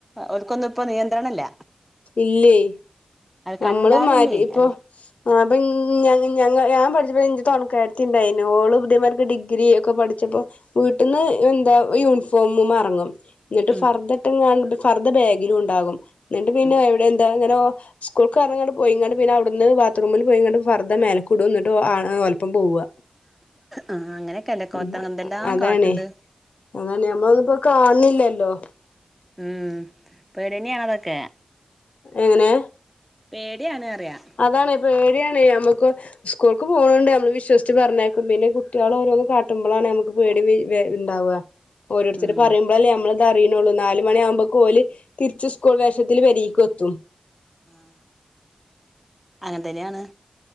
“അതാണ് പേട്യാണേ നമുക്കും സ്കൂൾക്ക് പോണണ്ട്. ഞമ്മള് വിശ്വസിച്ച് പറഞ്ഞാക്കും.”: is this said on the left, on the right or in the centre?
Left